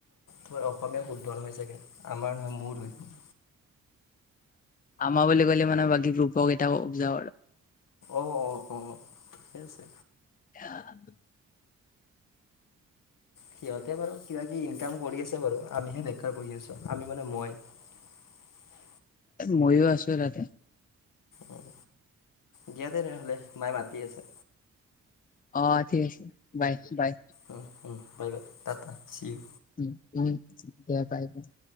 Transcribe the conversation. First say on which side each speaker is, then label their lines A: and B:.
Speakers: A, on the left (about 70°); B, on the left (about 25°).
A: তোমাৰ অসমীয়া শুদ্ধ নহৈ চাগে। আমাৰ নহয়, মোৰ হয়।
B: আমাৰ বুলি ক'লে মানে, বাকী গ্ৰুপ কেইটাও যাঁও আৰু।
A: অ'! অ'! অ'! ঠিকেই আছে।
B: <unintelligible>
A: সিহঁতে বাৰু কিবা কিবি ইনকাম কৰি আছে বাৰু। আমিহে বেকাৰ বহি আছোঁ। আমি মানে মই। <unintelligible>
B: মইয়ো আছোঁ তাতে।
A: উম, দিয়া দে তেনেহ'লে। মায়ে মাতি আছে।
B: অ'! ঠিক আছে। বাই, বাই।
A: উম, উম, বাই, বাই, টা, টা, চিও।
B: উম! <unintelligible>